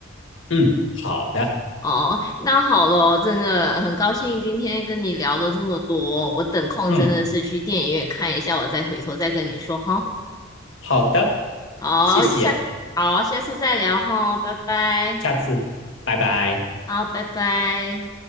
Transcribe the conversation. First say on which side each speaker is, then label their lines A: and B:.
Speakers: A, on the left; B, on the left.
A: 嗯，好的，
B: 哦。那好了，真的很高兴今天跟你聊了这么多，我等空真的是去电影院看一下，
A: 嗯，
B: 我再回头再跟你说哈。
A: 好的，
B: 好，
A: 谢谢，
B: 下好，下次再聊哈，拜拜，
A: 下次，拜拜。
B: 好，拜拜。